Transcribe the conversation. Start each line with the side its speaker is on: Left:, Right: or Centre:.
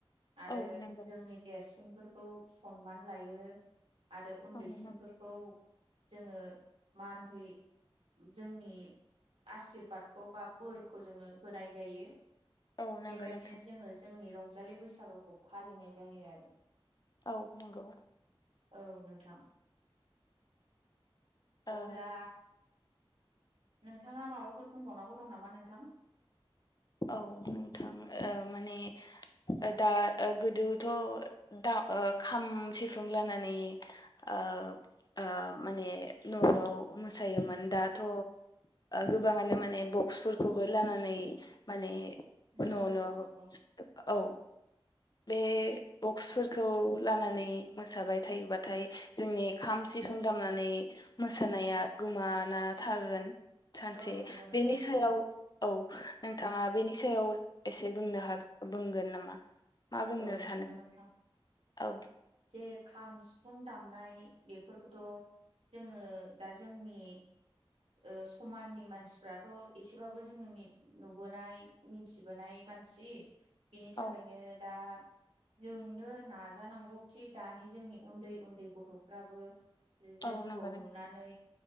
Right: आरो
Left: औ नंगौ
Right: जोंनि देरसिनफोरखौ सन्मान लायो। आरो उन्दैसिनफोरखौ
Left: औ नंगौ
Right: जोङो मानहै जोंनि आसिरबादखौ बा बोर खौ जोङो होनाय जायो
Left: औ नंगौ
Right: बेबायदिनो
Left: नोंथां
Right: जोङो जोंनि रं जालि बैसागुखौ फालिनाय जायो आरो।
Left: औ नंगौ
Right: औ नोंथां
Left: ओ
Right: अब्ला नोंथाङा माबाफोर बुंबावनांगौ दं नामा नोंथां
Left: औ नोंथां ओ माने ओ दा ओ गोदोथ ओ खाम सिफुं लानानै ओ ओ माने न' न' मोसायोमोन दाथ' गोबाङानो माने बक्सफोरखौबो लानानै माने
Right: नंगौ
Left: न' न'
Right: नोंथां नंगौ
Left: औ बे बक्सफोरखौ लानानै मोसाबाय थायोबाथाय जोंनि खाम सिफुं दामनानै मोसानाया गोमाना थागोन सानसे
Right: औ नंगौ नोंथां
Left: बेनि
Right: औ
Left: सायाव औ नोंथाङा बेनि सायाव एसे बुंनो हागोन बुंगोन नामा मा बुंनो
Right: औ नंगौ
Left: सानो
Right: नोंथां
Left: औ
Right: जे खाम सिफुं दामनाय बेफोरखौथ' जोङो दा जोंनि ओ समाननि मानसिफ्राथ' एसेबाबो जोङो नुबोनाय मिथिबोनाय मानसि बिनि
Left: औ
Right: थाखायनो दा जोंनो नाजानांगौखि दानि जोंनि उन्दै उन्दै गथ'फ्राबो जोंखौ
Left: औ नंगौ नोंथां
Right: नुनानै